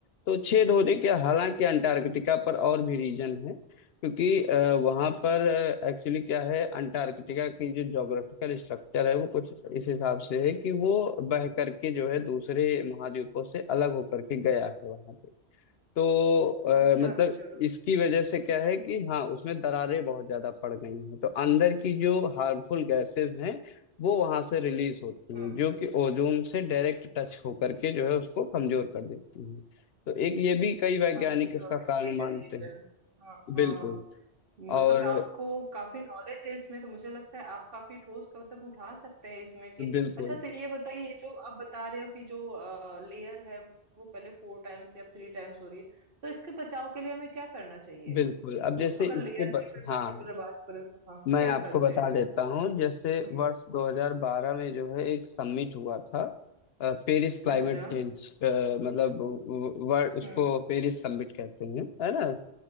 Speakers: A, on the left; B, on the right.
A: तो छेद होने के हालांकि अंटार्कटिका पर और भी रीजन है क्योंकि अ, वहाँ पर एक्चुअली क्या है अंटार्कटिका की जो ज्योग्राफिकल स्ट्रक्चर है वो कुछ इस हिसाब से है कि वो बह करके जो है दूसरे महाद्वीपों से अलग होकर के गया है वहाँ तो
B: अच्छा
A: अ, मतलब
B: अच्छा
A: इसकी वजह से क्या है कि हाँ उसमें दरारें बहुत ज्यादा पड़ गई हैं तो अंदर की जो हार्मफुल गैसेस हैं वो वहां से रिलीज होती
B: हम्म
A: हैं जो कि ओजोन से डायरेक्ट टच होकर के जो है उसको कमजोर कर देती हैं तो एक ये भी कई वैज्ञानिक
B: अच्छा
A: इसका कारण
B: ये
A: मानते
B: है रीजन
A: हैं
B: हाँ
A: बिल्कुल
B: हाँ मतलब
A: और
B: आपको काफी नॉलेज है इसमें तो मुझे लगता है आप काफी ठोस कदम उठा सकते हैं इसमें कि
A: बिल्कुल
B: अच्छा तो ये बताइए ये जो आप बता रहे हो कि जो लेयर है वो पहले फोर टाइम्स या थ्री टाइम्स हो रही है तो इसके बचाव के लिए हमें क्या करना चाहिए
A: बिल्कुल अब
B: जो
A: जैसे
B: अगर
A: इसके
B: लेयर
A: ब...
B: की पर
A: हाँ
B: पर्टिकुलर बात करें तो हाँ
A: मैं
B: क्या
A: आपको
B: करते
A: बता
B: हैं
A: देता हूँ जैसे
B: हम्म
A: वर्ष 2012 में जो है एक समिट हुआ था अ, पेरिस क्लाइमेट
B: अच्छा
A: चेंज मतलब व- वर्ल्ड उसको
B: हम्म
A: पेरिस समिट कहते हैं है ना